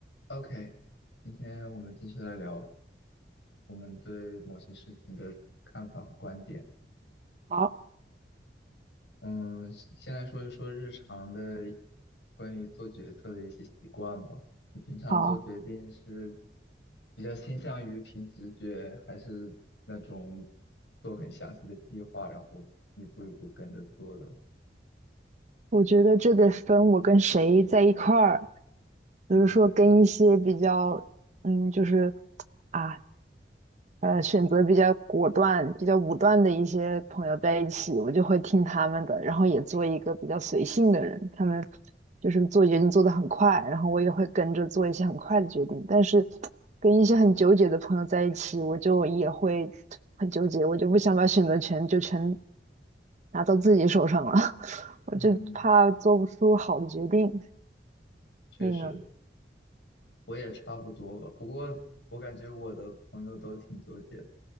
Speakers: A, on the left; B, on the right.
A: OK，今天我们继续来聊我们对某些事情的看法和观点。
B: 好，
A: 嗯，先来说一说日常的关于做决策的一些习惯吧。你平常做决定是
B: 好，
A: 比较倾向于凭直觉，还是那种做很详细的计划，然后一步一步跟着做的？
B: 我觉得这得分我跟谁在一块儿，比如说跟一些比较，
A: 嗯
B: 嗯，就是啊，呃，选择比较果断、比较武断的一些朋友在一起，我就会听他们的，然后也做一个比较随性的人。他们就是做决定做得很快，然后我也会跟着做一些很快的决定。但是跟一些很纠结的朋友在一起，我就也会很纠结，我就不想把选择权就全拿到自己手上了，<laughs> 我就怕做不出好的决定。
A: 嗯，确实。
B: 你呢？
A: 我也差不多吧，不过我感觉我的朋友都挺纠结的，